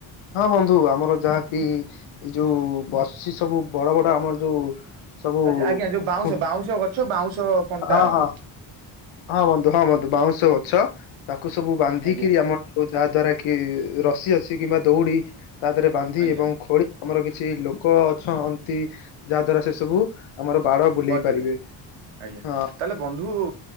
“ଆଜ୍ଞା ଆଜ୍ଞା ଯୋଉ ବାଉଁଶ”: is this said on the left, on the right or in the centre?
Right